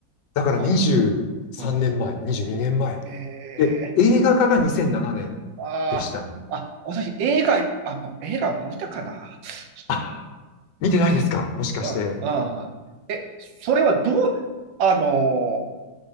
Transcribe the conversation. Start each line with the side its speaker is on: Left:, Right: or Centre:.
Left: だから23年前、
Right: あ、うん。
Left: 22年前。
Right: ええ
Left: で、映画化が2007年でしたね。
Right: ああ、あ、私、映画、あ、映画見たかな。ちょっ
Left: あ、見てないですかもしかして。
Right: と、うん、ああ。え、それはどう、あの